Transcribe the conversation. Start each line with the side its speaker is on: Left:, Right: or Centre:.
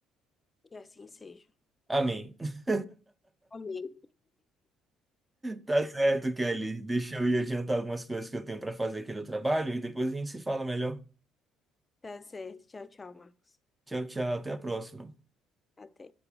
Left: Que assim seja.
Right: Amém. <laughs>
Left: Amém.
Right: Tá certo, Kelly. Deixa eu ir adiantar algumas coisas que eu tenho para fazer aqui no trabalho e depois a gente se fala melhor.
Left: Tá certo. Tchau, tchau, Marcos.
Right: Tchau, tchau. Até a próxima.
Left: Até.